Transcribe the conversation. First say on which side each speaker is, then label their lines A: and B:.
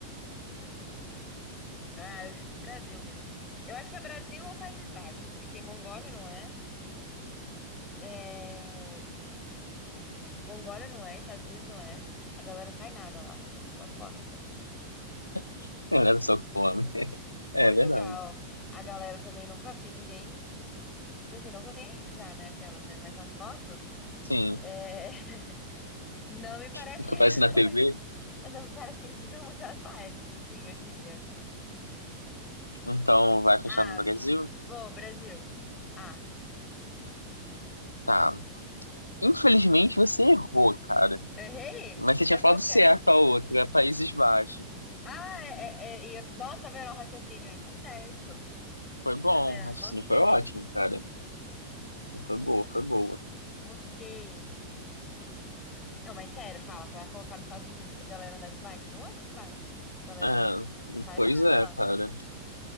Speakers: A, on the left (about 25°); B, on the left (about 80°).
A: Ah, eu justo Brasil mesmo. Eu acho que é Brasil ou Países Baixos, porque Mongólia não é. É, Mongólia não é, Estados Unidos não é. A galera não faz nada lá, só come.
B: <laughs> Olha só que fome.
A: Portugal,
B: É verdade.
A: a galera também nunca vi ninguém. Tipo assim, não que eu tenha ido já, né? Aquelas, né? Mas nas fotos,
B: Sim,
A: é, <laughs> não me parece
B: fica
A: que eles
B: aparecendo
A: <laughs> usam
B: na TV,
A: muito. Não me parece que eles usam muitas bikes, assim, eu diria.
B: então vai fechar
A: Ah,
B: no Brasil.
A: vou, Brasil. Ah,
B: Tá. Infelizmente você errou, cara.
A: eu errei?
B: Mas você
A: É
B: tinha
A: qual
B: falado
A: que
B: certo
A: é?
B: a outra, Países Baixos.
A: Ah, é, é, é, e eu- nossa, tá vendo o raciocínio aí? Tá certo.
B: Foi bom,
A: Tá vendo?
B: o raciocínio
A: Mosquei.
B: foi ótimo, cara. Foi boa, foi boa.
A: Mosquei. Não, mas sério, fala, você vai colocar nos Estados Unidos pra galera andar de bike? Não anda de bike. Galera
B: É,
A: não, não faz
B: pois
A: nada
B: é,
A: lá.
B: cara.